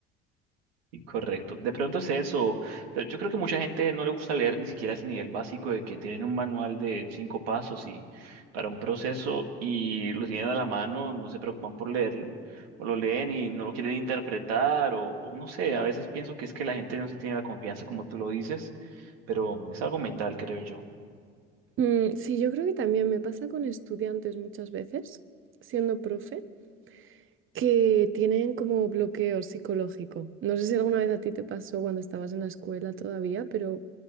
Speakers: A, on the right; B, on the right.
A: Y correcto. De pronto es eso, pero yo creo que mucha gente no le gusta leer ni siquiera ese nivel básico de que tienen un manual de cinco pasos y para un proceso y lo tienen a la mano, no se preocupan por leerlo, o lo leen y no lo quieren interpretar, o, o no sé, a veces pienso que es que la gente no se tiene la confianza como tú lo dices, pero es algo mental, creo yo.
B: Mm, sí, yo creo que también me pasa con estudiantes muchas veces, siendo profe, que tienen como bloqueo psicológico. No sé si alguna vez a ti te pasó cuando estabas en la escuela todavía, pero